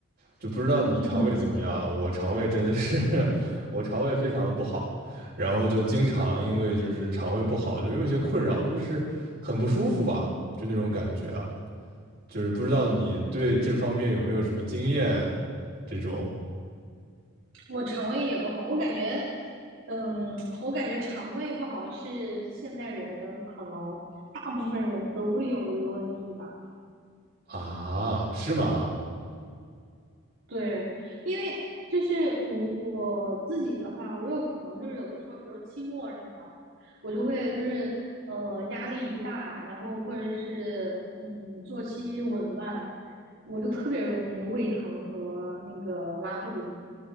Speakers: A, on the right; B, on the right.
A: 就不知道你肠胃怎么样啊我肠胃真的是，
B: 嗯嗯，
A: <laughs> 我肠胃非常的不好，然后就经常因为就是肠胃不好，就有一些困扰，就是很不舒服吧，就那种感觉啊，就是不知道你对这方面有没有什么经验，这种
B: 我肠胃也不好，我感觉，嗯，我感觉肠胃不好是现代人可能大部分人都会有的一个问题吧。
A: 啊，是吗？
B: 对，因为就是我我自己的话，我有可能就是有的时候，比如期末什么的，我就会就是呃压力一大，然后或者是嗯作息紊乱，我就特别容易胃疼和那个拉肚子。